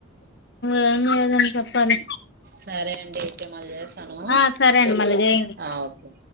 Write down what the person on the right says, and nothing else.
సరే అండి అయితే మళ్ళీ చేస్తాను
ఆ ఓకే